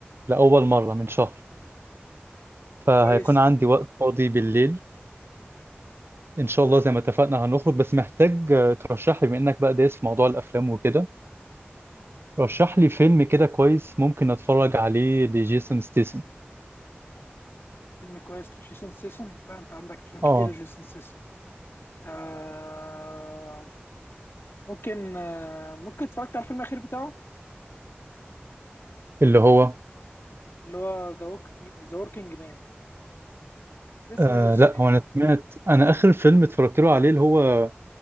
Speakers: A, on the right; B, on the left.
A: لاول مرة من شهر فهيكون
B: طب كويس
A: عندي وقت فاضي بالليل ان شاء الله زي ما اتفقنا هنخرج بس محتاج آه، ترشح لي بما انك بقى دايس في موضوع الافلام وكده رشح لي فيلم كده كويس ممكن اتفرج عليه لجيسون ستيسن
B: فيلم كويس جيسون سيسن لا انت عندك افلام كتير
A: اه
B: يا جيسون سيسن آه ممكن آه ممكن اتفرجت على الفيلم الاخير بتاعه
A: اللي هو
B: اللي هو ذا ووك ذا وركينج مان لسه
A: آه
B: نازل السنه
A: لا
B: دي
A: هو انا سمعت انا اخر فيلم اتفرجت له عليه اللي هو